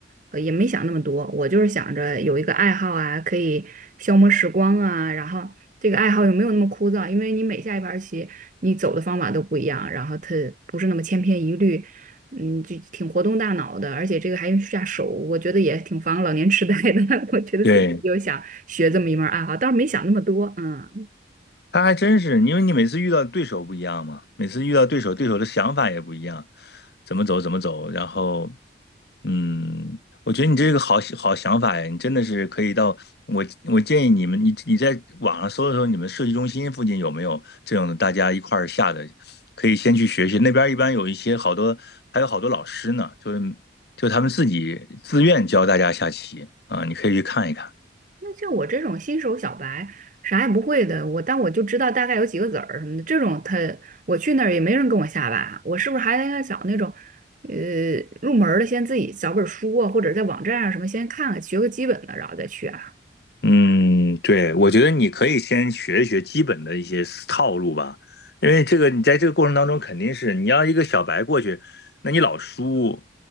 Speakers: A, on the right (about 40°); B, on the left (about 55°).
A: 呃，也没想那么多，我就是想着有一个爱好啊，可以消磨时光啊，然后。这个爱好有没有那么枯燥，因为你每下一盘棋，你走的方法都不一样，然后它不是那么千篇一律，嗯，就挺活动大脑的，而且这个还用下手，我觉得也挺防老年痴呆的。<laughs> 我觉得所以我就想学这么一门爱好，
B: 对。
A: 倒是没想那么多，嗯。
B: 他还真是，因为你每次遇到对手不一样嘛，每次遇到对手，对手的想法也不一样，怎么走怎么走。然后，嗯，我觉得你这是个好好想法呀，你真的是可以到我我建议你们，你你在网上搜一搜，你们设计中心附近有没有这种的大家一块儿下的，可以先去学学。那边儿一般有一些好多，还有好多老师呢，就是就他们自己自愿教大家下棋啊，你可以去看一看。
A: 那像我这种新手小白，啥也不会的，我但我就知道大概有几个子儿什么的，这种他我去那儿也没人跟我下吧，我是不是还应该找那种，呃，入门儿的先自己找本儿书啊，或者在网站上什么先看看，学个基本的，然后再去啊。
B: 嗯，对，我觉得你可以先学一学基本的一些思套路吧，因为这个你在这个过程当中肯定是你要一个小白过去，那你老输